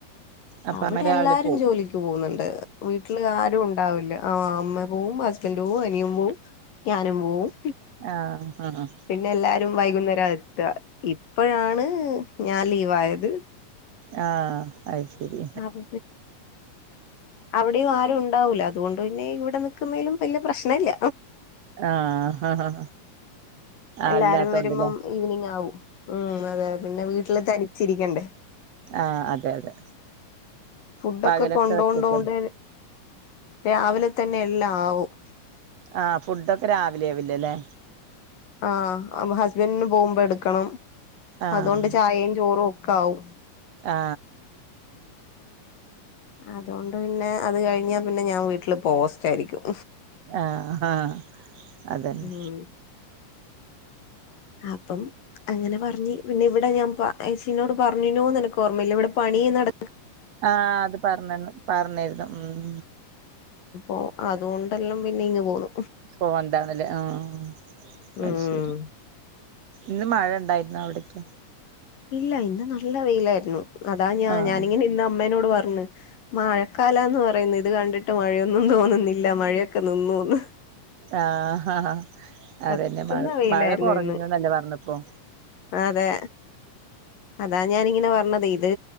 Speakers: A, on the right; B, on the left.
A: അപ്പ
B: അവിടെ
A: അമ്മ രാവിലെ
B: എല്ലാരും
A: പോവും
B: ജോലിക്ക് പോകുന്നുണ്ട്. വീട്ടിൽ ആരും ഉണ്ടാവില്ല ആ അമ്മ പോവും ഹസ്ബൻഡ് പോവും അനിയൻ പോവും ഞാനും പോവും
A: ആഹ് ആഹ്
B: പിന്നെ എല്ലാരും വൈകുന്നേ രാഎത്താ ഇപ്പോഴാണ് ഞാൻ ലീവായത്.
A: ആ അത് ശരി
B: അപ്പൊ വിടെയും ആരും ഉണ്ടാവൂല അതോണ്ട് പിന്നെ ഇവിടെ നിക്കുന്നതിലും വലിയ പ്രശ്നല്ല.
A: ആഹ്
B: എല്ലാരും
A: അല്ലാത്തോണ്ടല്ലേ
B: വരുമ്പം ഈവനിങ് ആകും ഉം അതെ പിന്നെ വീട്ടില് തനി ചിരിക്കണ്ടേ.
A: ആ അതെ അതെ
B: ഫുഡൊക്കെ
A: പകലൊക്കെ
B: കൊണ്ടോണ്ടോണ്ട്
A: ഒറ്റക്കലേ
B: രാവിലെ തന്നെ എല്ലാം ആവും.
A: ആ ഫുഡൊക്കെ രാവിലെ ആവില്ലലേ.
B: ആ ഹസ്ബൻഡിന് പോകുമ്പോ എടുക്കണം
A: ആഹ്
B: അതുകൊണ്ട് ചായയും, ചോറും ക്കാവും.
A: ആ
B: അതുകൊണ്ട് പിന്നെ അത് കഴിഞ്ഞാ പിന്നെ ഞാൻ വീട്ടില് പോസ്റ്റയിരിക്കും
A: ആ ആ അതന്നെ
B: ഉം അപ്പം അങ്ങനെ പറഞ്ഞ് പിന്നെ ഇവിടെ ഞാൻ ഏച്ചീനോട് പറഞ്ഞീനോനെനക്ക് ഓമ്മയില്ല ഇവിടെ പണി നട
A: ആ അത് പറഞ്ഞന്നു പറഞ്ഞാരുന്നു ഉം
B: ഒ അതുകൊണ്ടെല്ലാം പിന്നെ ഇങ്ങ് പോന്നു.
A: പോ എന്താണലെ ആഹ
B: ഉം
A: അത് ശരി ഇന്ന് മഴ ഉണ്ടായിുന്നോ അവിടെ ക്ക്
B: ഇല്ല ഇന്ന് നല്ല വെയിലായിരുന്നു അതാ ഞാ
A: ആഹ്
B: ഞാനിങ്ങന ഇ അമ്മനോട് പറഞ് മഴക്കാലന്ന് പറയുന്ന ഇത് കണ്ടിട്ട് മഴയൊന്നും തോന്നുന്നില്ല മഴയൊക്കെ നിന്നോ ന്ന്
A: ആഹ
B: കത്തുന്ന
A: അതന്നെ മഴ
B: വെയിലായിരുന്നു
A: മഴ കുറഞ്ഞുന്നല്ലേ
B: ഇന്ന്
A: പറഞ്ഞപ്പോൊ
B: അതെ അതാ ഞാാനിങ്ങനെ പറഞ്ഞത് ഇത്